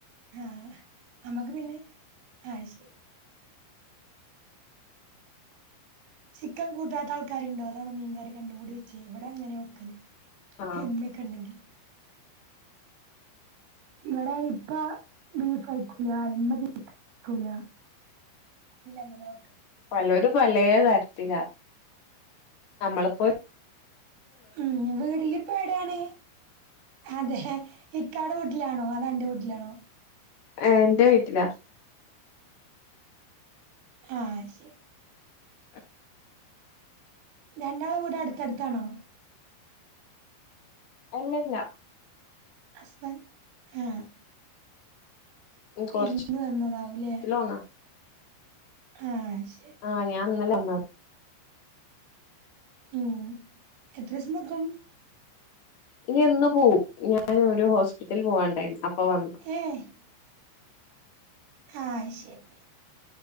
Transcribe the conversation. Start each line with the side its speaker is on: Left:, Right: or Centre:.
Right: ആഹ് അമ്മക്ക് പിന്നെ അയ് ശരി ചിക്കൻ കൂട്ടാത്ത ആൾക്കാരുണ്ടോ അതാണോ, മീൻകറി രണ്ടും കൂടി വെച്ചേ. ഇവിടെ അങ്ങനെ വെക്കല്
Left: ആ
Right: ഹിമ്മിയൊക്കെ ഉണ്ടെങ്കിൽ ഇവിടെ ഇപ്പ ബീഫ് കഴിക്കൂല, ഇമ്മള് കഴിക്കൂല ഇല്ലങ്ങനെ വക്കൂല്ല
Left: പലോരും പലേ തരത്തിലാ. നമ്മളെപ്പോലെ
Right: ഉം യ്യ് ഇപ്പ എടെയാണ് അതെ ഹ്ഹ. ഇക്കാടെ വീട്ടിലാണോ അതൊ അൻ്റെ വീട്ടിലാണോ
Left: ഏ എന്റെ വീട്ടിലാ
Right: ആഹ് അത് ശരി
Left: ഉം
Right: രണ്ടാള വീടും അടുത്തടുത്താണോ
Left: അല്ലല്ല
Right: ഹസ്ബൻഡ് ആഹ് വിരുന്നു
Left: കൊറച്ച്
Right: വന്നതാവൂല്ലേ
Left: ലോങ്ങാ
Right: ആഹ് ശരി
Left: ആഹ് ഞാൻ ഇന്നലെ വന്നത്.
Right: ഉം എത്രെസം നിക്കും
Left: ഇല്ല ഇന്ന് പോവും. ഞാന് ഒരു ഹോസ്പിറ്റലിൽ പോവാനുണ്ടായിന്, അപ്പൊ വന്നു
Right: ഏഹ് ആഹ് അത് ശരി